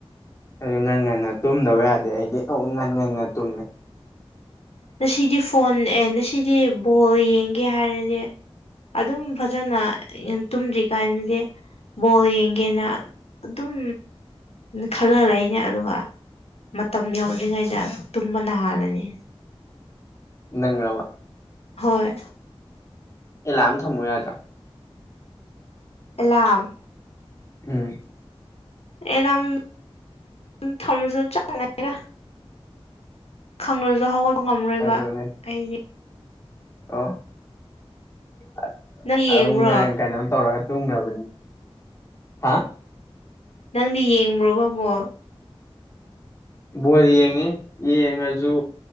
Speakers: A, on the left; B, on the left.
A: ꯑꯗꯨ ꯉꯟ-ꯉꯟꯅ ꯇꯨꯝꯗꯕ ꯌꯥꯗꯦ ꯑꯩꯗꯤ ꯑ-ꯉꯟ- ꯉꯟꯅ ꯇꯨꯝꯃꯤ
B: ꯉꯁꯤꯗꯤ ꯐꯣꯟ ꯑꯦ ꯉꯁꯤꯗꯤ ꯕꯣꯜ ꯌꯦꯡꯒꯦ ꯍꯥꯏꯔꯗꯤ ꯑꯗꯨꯝ ꯐꯖꯅ ꯌꯦꯟ ꯇꯨꯝꯗ꯭ꯔꯤꯀꯥꯟꯒꯤ ꯕꯣꯜ ꯌꯦꯡꯒꯦꯅ ꯑꯗꯨꯝ ꯈꯜꯂ ꯂꯩꯅꯦ ꯑꯗꯨꯒ ꯃꯇꯝ ꯌꯧꯗ꯭ꯔꯤꯉꯩꯗ ꯇꯨꯝꯕꯅ ꯍꯥꯜꯂꯅꯤ
A: ꯅꯪꯔꯕ
B: ꯍꯣꯏ
A: ꯑꯦꯂꯥꯔꯝ ꯊꯝꯃꯣ ꯌꯥꯗ꯭ꯔꯣ
B: ꯑꯦꯂꯥꯔꯝ
A: ꯎꯝ
B: ꯑꯦꯂꯥꯝ ꯊꯝꯃꯁꯨ ꯆꯞ ꯃꯥꯟꯅꯩꯗ ꯈꯪꯂꯁꯨ ꯍꯧꯒꯠꯄ ꯉꯝꯃꯔꯣꯏꯕ
A: ꯑꯗꯨꯅꯦ
B: ꯑꯩꯗꯤ
A: ꯑꯣ ꯑ
B: ꯅꯪ ꯌꯦꯡꯕ꯭ꯔꯣ
A: ꯑꯗꯨꯅꯪ ꯀꯩꯅꯣꯝ ꯇꯧꯔꯒ ꯇꯨꯝꯒ꯭ꯔꯕꯅꯤ ꯍꯥ
B: ꯅꯪꯗꯤ ꯌꯦꯡꯕ꯭ꯔꯣꯕ ꯕꯣꯜ
A: ꯕꯣꯜ ꯌꯦꯡꯉꯤ ꯌꯦꯡꯉꯁꯨ